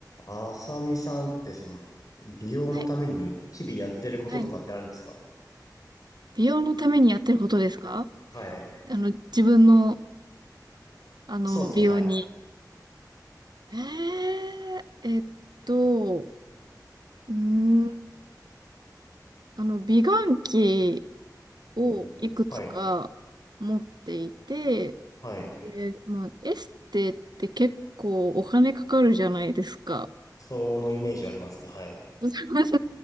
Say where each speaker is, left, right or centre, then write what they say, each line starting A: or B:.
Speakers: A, on the left; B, on the right.
A: あさみさんってその、美容のために日々やってることとかってあるんですか
B: はい。はい。美容のためにやってることですか
A: はい。
B: あの、自分の、あの、
A: そうですね、
B: 美容に。
A: はい。
B: えー、えっと、うーん、あの、美顔器をいくつか持っていて、
A: ほうほうほう。はい。はい。
B: で、まあ、エステって結構お金かかるじゃないですか。
A: そのイメージありますね、はい。
B: <laughs>